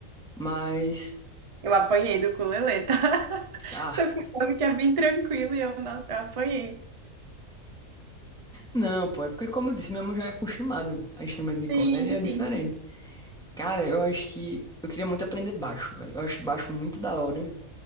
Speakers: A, in the centre; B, on the right.
A: Mas...
B: Eu apanhei do ukulele, tá? <laughs>
A: Ah,
B: Você falou que é bem tranquilo e eu, nossa, eu apanhei.
A: Não, pô, é porque, como eu disse, minha mão já é acostumada a instrumento de corda,
B: Sim,
A: aí é
B: sim.
A: diferente. Cara, eu acho que eu queria muito aprender baixo, velho. Eu acho baixo muito da hora